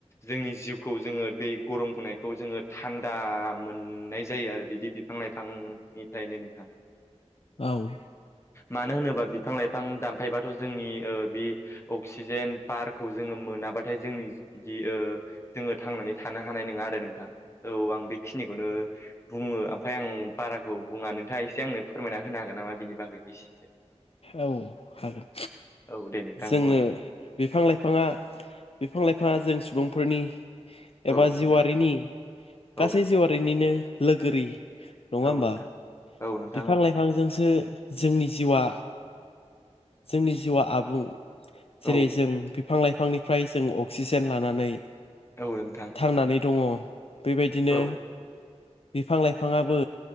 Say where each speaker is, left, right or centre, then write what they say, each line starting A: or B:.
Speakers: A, on the left; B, on the left.
A: जोंनि जिउखौ जोङो बे गरम होनायखौ जोङो दान दा मोननाय जायो आरो बिदि बिफां लाइफांनिफ्रायनो नोंथां।
B: औ।
A: मानो होनोबा बिफां लाइफां दानफायबाथ' जोंनि ओ बे अक्सिजेन बारखौ जोङो मोनाबाथाय जोंनि बिदि जोङो थांनानै थानो हानाय नङा आरो नोंथां औ आं बेखिनिखौ ओ बुङो ओमफ्राय आं बाराखौ बुङा नोंथाङा एसे आंनो फोरमायना होनो हागोन नामा बिनि बागै? एसेसो
B: औ हागोन।
A: औ दे नोंथां
B: जोङो
A: बुंलाय
B: बिफां लाइफाङा बिफां लाइफां जों सुबुंफोरनि एबा
A: औ
B: जिउआरारिनि
A: नोंथां
B: गासै
A: औ
B: जिउआरारिनिनो। लोगोरि नङा
A: औ
B: होमबा
A: नोंथां औ नोंथां
B: बिफां
A: औ
B: लाइफांजोंसो जोंनि जिउ आ जोंनि जिउआ आबुं जेरै
A: औ
B: जों बिफां लाइफांनिफ्राय जों अक्सिजेन लानानै
A: औ नोंथां
B: थांनानै दङ बेबायदिनो
A: औ
B: बिफां लाइफाङाबो